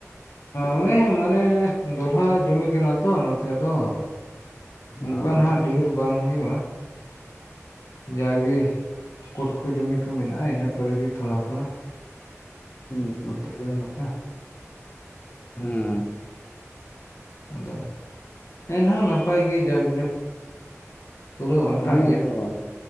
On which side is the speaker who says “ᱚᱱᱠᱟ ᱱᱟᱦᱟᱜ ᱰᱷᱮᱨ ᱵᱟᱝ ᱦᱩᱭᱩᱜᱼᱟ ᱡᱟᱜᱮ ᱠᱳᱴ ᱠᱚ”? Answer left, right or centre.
Left